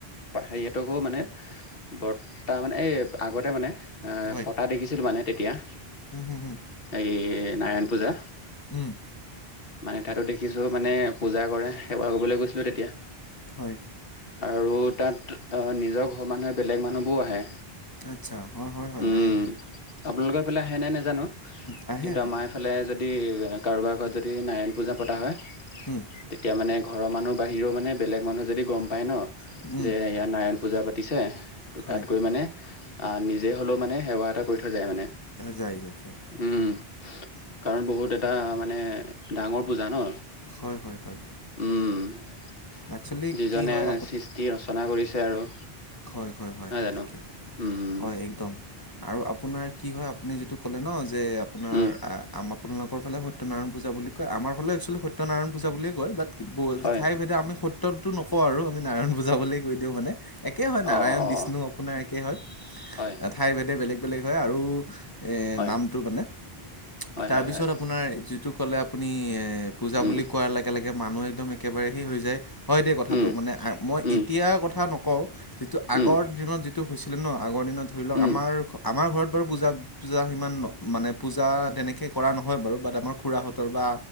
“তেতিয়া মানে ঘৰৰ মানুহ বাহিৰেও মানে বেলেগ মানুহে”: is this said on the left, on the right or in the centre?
Left